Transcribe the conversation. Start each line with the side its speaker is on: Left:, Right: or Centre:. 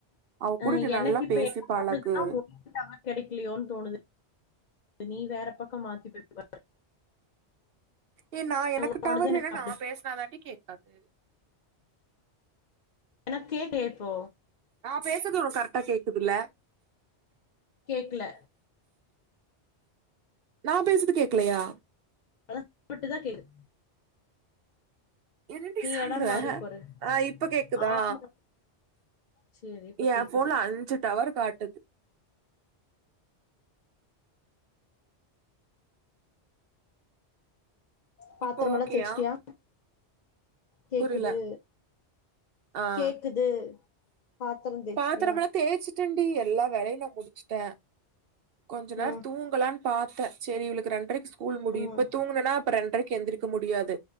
Right: அவ
Left: அ
Right: கூட நீ
Left: எனக்கு
Right: நல்லா
Left: இப்ப
Right: பேசி
Left: என்ன
Right: பழகு
Left: தோணுதுன்னா உனக்கு டவர் கெடக்கலையோன்னு தோணுது நீ வேற பக்கம் மாத்தி போய் பாரு
Right: ஏ நா எனக்கு
Left: உன்னோடது
Right: டவர்
Left: எனக்கு
Right: இல்லனா
Left: அப்டி
Right: நா பேசுனாதாண்டி கேக்காது
Left: எனக்கு கேக்கலையா இப்போ
Right: நா பேசறது ஒனக்கு கரெக்டா கேக்குதுல
Left: கேக்கல
Right: நா பேசறது கேக்கலயா
Left: விட் விட்டு தா கேக்து
Right: என்னடி சொல்ற
Left: எடம் மாறி உக்காரு
Right: அ இப்ப கேக்குதா
Left: ஆமா சேரி இப்ப
Right: ஏ
Left: கேக்குது
Right: போன்ல அஞ்சு டவர் காட்டுது
Left: பாத்ரமெல்லா
Right: இப்போ ஓகேயா
Left: தேச்சிட்டியா கேக்குது
Right: புரியல ஆஹ்
Left: கேக்குது பாத்ரோ தேச்ட்டியா
Right: பாத்திரமெல்லா <unintelligible> எல்லா வேலையு நா முடிச்சிட்ட கொஞ்ச நேர
Left: ம்
Right: தூங்கலான்னு பாத்த செரி இவளுக்கு ரெண்டரைக்கு ஸ்கூல் முடியு
Left: ம்
Right: இப்ப தூங்னன்னா அப்ப ரெண்ரைக்கு க்கக எந்திரிக்க முடியாது